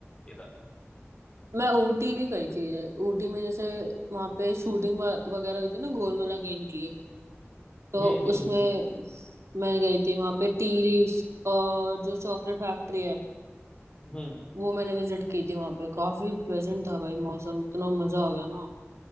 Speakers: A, on the left; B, on the right.
A: ये था
B: मैं ऊटी भी गई थी ऊटी में जैसे वहां पे शूटिंग वगैरह हुई थी ना गोलमाला गेम की तो
A: हम्म हम्म
B: उसमें
A: हम्म
B: मैं गई थी वहां पे टी लीव्स और जो चॉकलेट फैक्ट्री है
A: हम्म
B: वो मैंने विजिट की थी वहां पे काफी प्लेजेंट था भाई मौसम इतना मजा आ गया ना